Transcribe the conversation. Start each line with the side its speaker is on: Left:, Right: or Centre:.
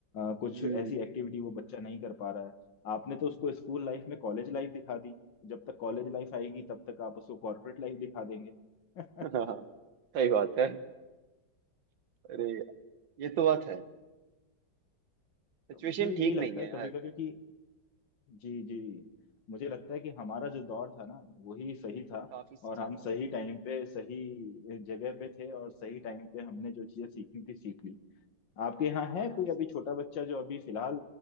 Left: अ, कुछ
Right: हम्म
Left: ऐसी एक्टिविटी वो बच्चा नहीं कर पा रहा है आपने तो उसको स्कूल लाइफ में कॉलेज लाइफ दिखा दी जब तक कॉलेज लाइफ आएगी तब तक आप उसको कॉर्पोरेट लाइफ दिखा देंगे <laughs>
Right: <laughs> हाँ हाँ सही बात है अरे ये तो बात है
Left: तो
Right: सिचुएशन
Left: मुझे भी
Right: ठीक
Left: यही लगता
Right: नहीं है
Left: है
Right: यार
Left: कभी कभी कि जी जी मुझे लगता है कि हमारा जो दौर था ना वही सही था
Right: काफी अच्छा
Left: और हम
Right: था
Left: सही टाइम पे सही जगह पे थे और सही टाइम पे हमने जो चीजें सीखनी थी सीख ली आपके यहाँ है
Right: हाँ हाँ
Left: कोई अभी
Right: सर
Left: छोटा बच्चा जो अभी फिलहाल